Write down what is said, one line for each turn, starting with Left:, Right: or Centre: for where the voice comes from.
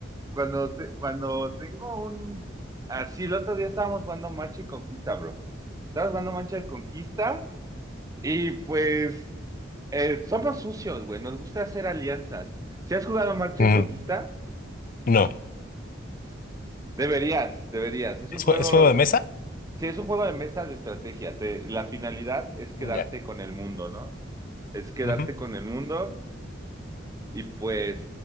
Right: Cuando, te- cuando tengo un... Así, el otro día estábamos jugando Machi Conquista, bro. Estaba jugando Mancha de Conquista y pues eh, somos sucios, güey. Nos gusta hacer alianzas. Si has jugado Mancha
Left: mm,
Right: de Conquista,
Left: no.
Right: deberías, deberías. Es
Left: ¿Es,
Right: un juego,
Left: jue- es juego de mesa?
Right: si es un juego de mesa de estrategia. Te- la finalidad es quedarte
Left: Mm, Ya.
Right: con el mundo, ¿no? Es quedarte
Left: Ujú.
Right: con el mundo y pues